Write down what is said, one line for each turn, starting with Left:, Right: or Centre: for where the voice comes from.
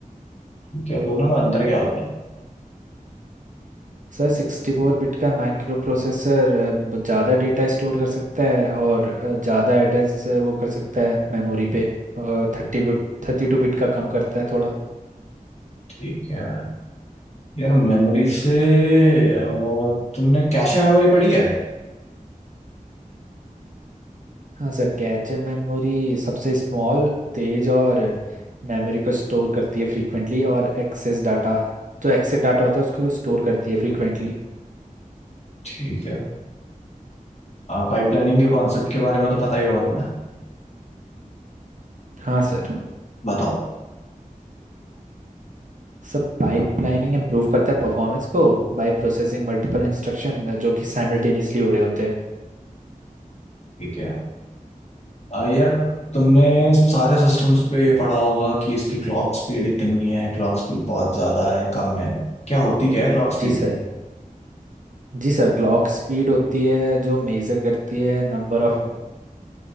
Left: ठीक है और दोनों में अंतर क्या होता है
Right: सर सिक्सटी फोर बिट का माइक्रो प्रोसेसर ज़्यादा डेटा स्टोर कर सकता है और ज़्यादा एड्रेस वो कर सकता है मेमोरी पे और थर्टी बिट थर्टी टू बिट का कम करता है थोड़ा
Left: ठीक है यार मेमोरी से अ, तुमने कैशे मेमोरी पढ़ी है
Right: हाँ सर कैचे मेमोरी सबसे स्मॉल तेज और मेमोरी को स्टोर करती है फ्रीक्वेंटली और एक्सेस डाटा जो एक्सेस डाटा होता है उसको स्टोर करती है फ्रीक्वेंटली
Left: ठीक है पाइपलाइनिंग के कॉन्सेप्ट के बारे में तो पता ही होगा तुम्हें
Right: हाँ सर
Left: बताओ
Right: सब पाइपलाइनिंग इम्प्रूव करता है परफॉर्मेंस को बाय प्रोसेसिंग मल्टीपल इंस्ट्रक्शन जो कि साइमल्टेनियसली हो रहे होते हैं
Left: ठीक है अ, यार तुमने सारे सिस्टम्स पे ये पढ़ा होगा कि इसकी क्लॉक स्पीड इतनी है क्लॉक स्पीड बहुत ज्यादा है कम है क्या होती क्या है क्लॉक स्पीड
Right: जी सर जी सर क्लॉक स्पीड होती है जो मेजर करती है number of